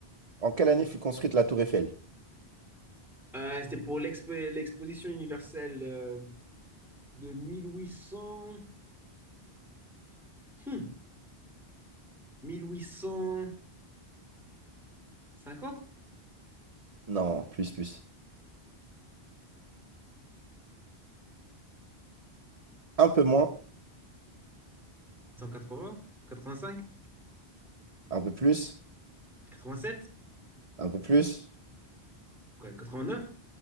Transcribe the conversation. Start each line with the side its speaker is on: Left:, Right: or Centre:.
Right: en quelle année fut construite la Tour Eiffel?
Centre: Euh, c'était pour l'expo- l'exposition universelle euh, de 1800... hmm, mille huit cent cinquante
Right: Non, plus, plus. Un peu moins,
Centre: 1890? 1880?
Right: un peu plus,
Centre: 85? 87?
Right: un peu plus.
Centre: Quoi, neuf